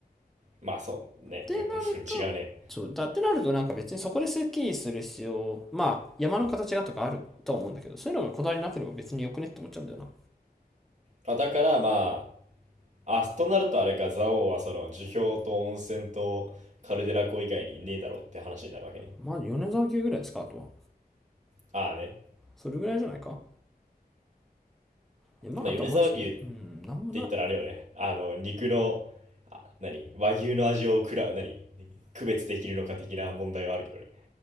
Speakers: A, on the right (about 45°); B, in the centre.
A: まあそうね
B: てなると、
A: <laughs>。違うね。
B: そうだってなるとなんか別にそこでスッキリする必要、まあ山の形がとかあると思うんだけど、そういうのがこだわりなければ別によくねって思っちゃうんだよな。
A: あ、だからまあ、あ、となるとあれか、蔵王はその樹氷と温泉とカルデラ湖以外にねえだろうって話になるわけね。
B: まあ米沢牛ぐらいですか、あとは。
A: ああね。
B: それぐらいじゃないか山形マジ、
A: まあ米沢牛って
B: うん、なんもない。
A: 言ったらあれよね。あの、肉の、あ、何和牛の味をくら、何区別できるのか的な問題はあるけどね。